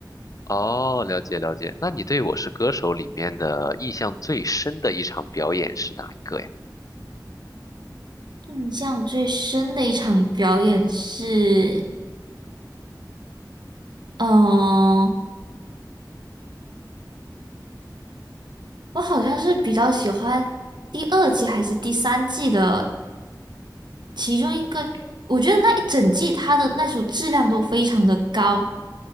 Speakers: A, on the left; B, on the right.
A: 哦，了解了解。那你对《我是歌手》里面的印象最深的一场表演是哪一个呀？
B: 印象最深的一场表演是，嗯、我好像是比较喜欢第二季还是第三季的其中一个，我觉得那一整季它的那首质量都非常的高，